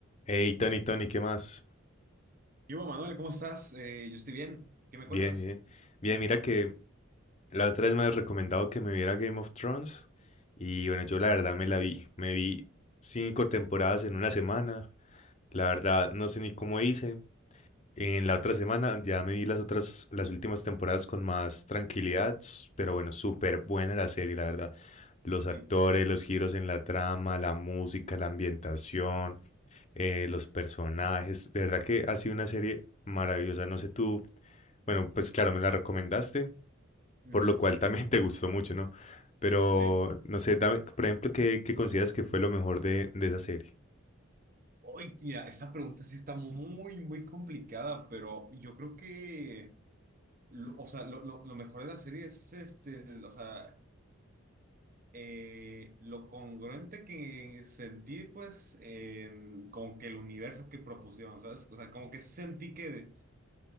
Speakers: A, on the left; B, on the right.
A: Hey, Tony, Tony, ¿qué más?
B: Yo, Manuel, ¿cómo estás? Eh, yo estoy bien. ¿Qué me
A: Bien,
B: cuentas?
A: bien. Bien, mira que la otra vez me has recomendado que me viera Game of Thrones y bueno, yo la verdad me la vi. Me vi cinco temporadas en una semana. La verdad no sé ni cómo hice. En la otra semana ya me vi las otras, las últimas temporadas con más tranquilidad, s- pero bueno, súper buena la serie, la verdad. Los actores,
B: Sí.
A: los giros en la trama, la música, la ambientación. eh, los personajes. De verdad que ha sido una serie maravillosa. No sé tú, bueno, pues claro, me la recomendaste,
B: Ujú.
A: por lo cual también <laughs> te gustó mucho, ¿no? Pero
B: Sí.
A: no sé, dame, por ejemplo, ¿qué, qué consideras que fue lo mejor de, de esa serie?
B: Hoy, mira, esta pregunta sí está muy, muy complicada, pero yo creo que, lo- o sea, lo, lo- lo mejor de la serie es este, el- o sea, eh, lo congruente que sentí, pues, en como que el universo que propusieron, ¿sabes? O sea, como que sentí que